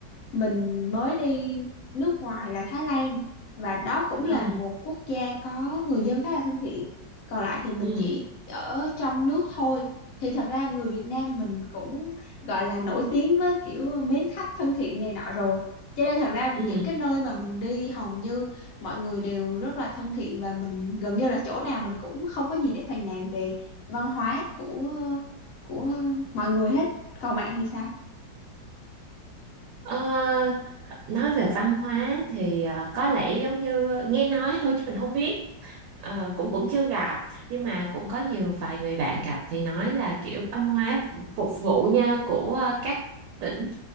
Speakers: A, on the left (about 75°); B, on the right (about 75°).
A: mình mới đi nước ngoài là Thái Lan và đó cũng
B: ừ
A: là một quốc gia có người dân khá là thân thiện còn lại thì mình
B: ừ
A: chỉ ở trong nước thôi thì thật ra người Việt Nam mình cũng gọi là nổi tiếng với kiểu mến khách thân thiện này nọ rồi cho nên thật ra những
B: ừ
A: cái nơi mà mình đi hầu như mọi người đều rất là thân thiện và mình gần như là chỗ nào mình cũng không có gì để phàn nàn về văn hóa của của mọi người hết còn bạn thì sao
B: Ờ, nói về văn hóa thì ờ, có lẽ giống như nghe nói thôi chứ mình không biết Ờ, cũng cũng chưa gặp nhưng mà cũng có nhiều vài người bạn gặp thì nói là kiểu văn hóa phục vụ nhau của ờ, các tỉnh